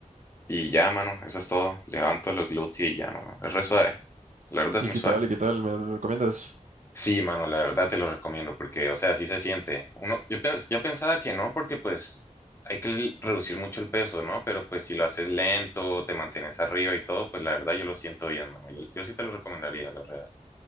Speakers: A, on the left; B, on the right.
A: Y ya, mano, eso es todo. Levanto los glúteos y ya, mano. Es re suave. La verdad
B: ¿Y
A: es muy
B: qué
A: suave.
B: tal? ¿Y qué tal? ¿Me lo recomiendas?
A: Sí, mano, la verdad te lo recomiendo porque, o sea, sí se siente. Uno, yo, pens- yo pensaba que no porque pues hay que l- reducir mucho el peso, ¿no? Pero pues si lo haces lento, te mantienes arriba y todo, pues la verdad yo lo siento bien, mano. Yo, yo sí te lo recomendaría, la verdad.